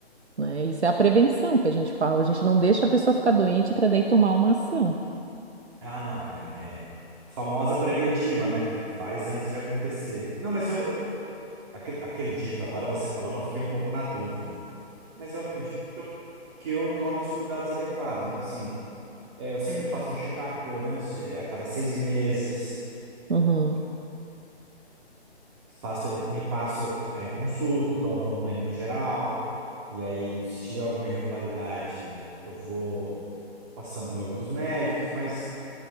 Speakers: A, on the right; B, on the right.
A: né? Isso é a prevenção que a gente fala. A gente não deixa a pessoa ficar doente para daí tomar uma ação.
B: Ah, não. É, é famosa preventiva, né? Tem, faz antes de acontecer. Não, mas eu, eu acre- acredito. Agora você falando, eu fiquei um pouco na dúvida. Mas eu acredito que eu, que eu tome os cuidados adequados. Então, assim, é, eu sempre faço um check-up, pelo menos de- é, a cada seis meses.
A: Uhum.
B: faço, ali- me passo é, consulta, então eu vou no clínico geral, e aí se tiver alguma irregularidade, eu vou passando em outros médicos, mas